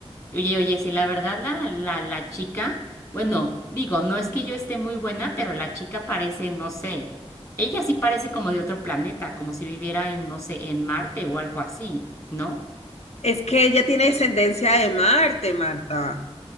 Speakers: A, on the left; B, on the left.
A: oye, oye, si la verdad la, la, la chica, bueno, digo, no es que yo esté muy buena, pero la chica parece, no sé, ella sí parece como de otro planeta, como si viviera en, no sé, en Marte o algo así, ¿no?
B: Es que ella tiene descendencia de Marte, Marta.